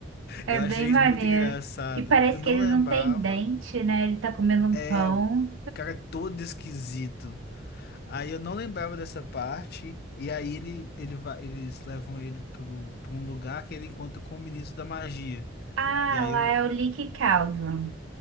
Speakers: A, on the right (about 80°); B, on the left (about 55°).
A: É
B: Eu
A: bem
B: achei
A: maneiro.
B: isso muito engraçado.
A: E parece
B: Eu não
A: que ele
B: lembrava.
A: não tem dente, né? Ele tá comendo um
B: É,
A: pão.
B: o cara é todo esquisito. Aí eu não lembrava dessa parte. E aí ele, ele vai, eles levam ele pro, pra um lugar que ele encontra com o ministro da magia.
A: Ah,
B: E aí
A: lá
B: eu.
A: é o Leaky Cauldron.